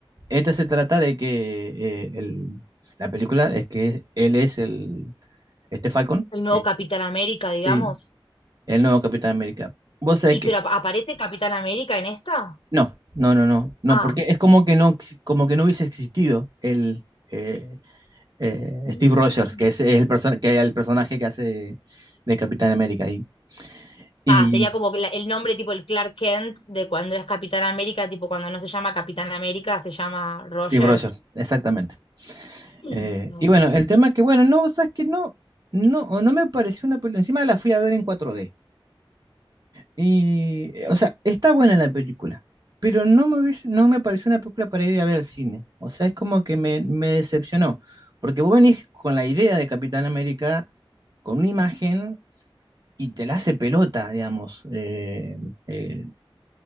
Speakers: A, on the right; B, on the left.
A: este se trata de que eh, el- la película es que él es el, este Falcon,
B: nuevo
A: eh,
B: Capitán América, digamos.
A: sí, el nuevo Capitán América. Vos sabés
B: ¿Y
A: que
B: pero ap- aparece Capitán América en esta?
A: No, no, no, no, no,
B: Ah.
A: porque es como que no, ex- como que no hubiese existido el eh, eh,
B: Mm.
A: Steve Rogers, que es, es el perso- que es el personaje que hace de Capitán América y, y
B: Ah, sería como que la- el nombre tipo el Clark Kent de cuando es Capitán América, tipo cuando no se llama Capitán América, se llama Rogers.
A: Steve Rogers, exactamente.
B: Mm.
A: Eh,
B: Ok.
A: y bueno, el tema es que bueno, no, sabes que no, no, o no me pareció una película. Encima la fui a ver en 4D. Y, eh, o sea, está buena la película, pero no me hubiese- no me pareció una película para ir a ver al cine. O sea, es como que me, me decepcionó, porque vos venís con la idea de Capitán América, con una imagen, y te la hace pelota, digamos. Eh, eh,